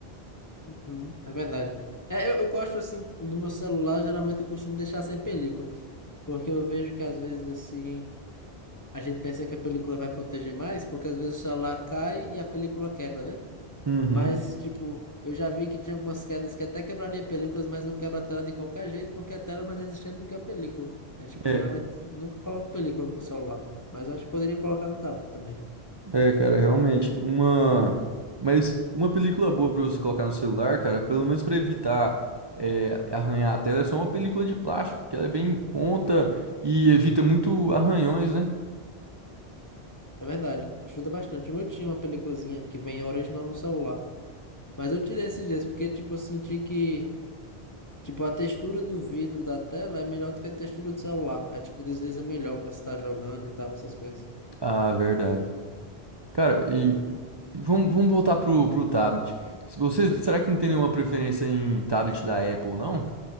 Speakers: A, on the left (about 25°); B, on the right (about 35°).
A: Uhum. É verdade. É, eu, eu gosto assim do meu celular, geralmente eu costumo deixar sem película, porque eu vejo que às vezes assim a gente pensa que a película vai proteger mais, porque às vezes o celular cai e a película quebra, né?
B: Uhum.
A: Mas tipo, eu já vi que tinha algumas quedas que até quebraria películas, mas não quebra a tela de qualquer jeito, porque a tela é mais resistente do que a película. É, tipo,
B: É.
A: geralmente nunca coloco película no meu celular, mas eu acho que poderia colocar no tablet também.
B: É, cara, realmente, uma... Mas uma película boa pra você colocar no celular, cara, pelo menos pra evitar é, arranhar a tela, é só uma película de plástico, que ela é bem em conta e evita muito arranhões, né?
A: É verdade, ajuda bastante. O meu tinha uma peliculazinha que vem original no celular. Mas eu tirei esses dias porque, tipo, eu senti que, tipo, a textura do vidro da tela é melhor do que a textura do celular. Aí, tipo, desliza melhor quando você tá jogando e tal, essas coisas.
B: Ah, verdade. Cara, e
A: Uhum.
B: e vamos, vamos voltar pro, pro tablet. Se você, será que não tem nenhuma preferência em tablet da Apple, não?